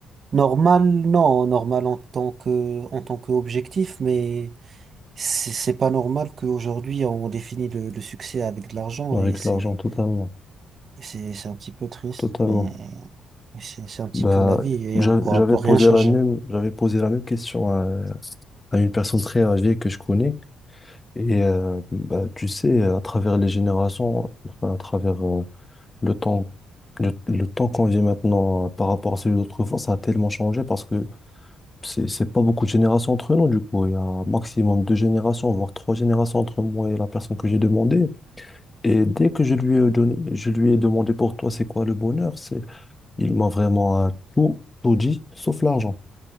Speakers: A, on the right; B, on the left.
A: Normal, non, normal en tant que, en tant qu'objectif, mais c'est c'est pas normal qu'aujourd'hui on définit le, le succès avec de l'argent
B: avec
A: et c'est,
B: l'argent, totalement,
A: c'est, c'est un petit peu triste,
B: totalement.
A: mais c'est c'est un petit
B: Bah,
A: peu la vie et
B: j'a-
A: on pourra
B: j'avais
A: pas
B: posé
A: rien changer.
B: la même, j'avais posé la même question à, à une personne très âgée que je connais. Et euh, bah, tu sais, à travers les générations, enfin, à travers euh, le temps, le, le temps qu'on vit maintenant euh, par rapport à celui d'autrefois, ça a tellement changé parce que c'est, c'est pas beaucoup de générations entre nous, du coup. Il y a un maximum deux générations, voire trois générations entre moi et la personne que j'ai demandé. Et dès que je lui ai donné, je lui ai demandé pour toi, c'est quoi le bonheur, c'est, il m'a vraiment euh, tout, tout dit, sauf l'argent